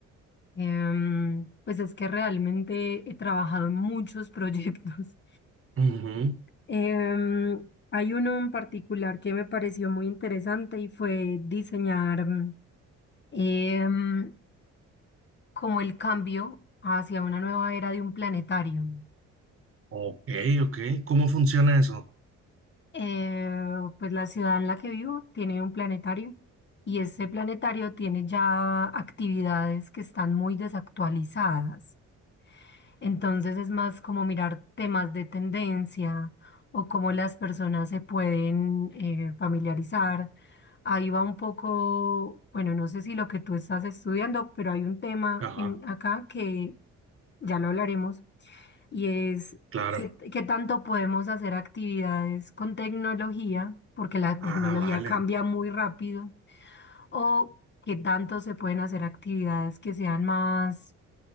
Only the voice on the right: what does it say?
Ujú.
Ok, ok. ¿Cómo funciona eso?
Ajá,
claro.
Ah,
vale.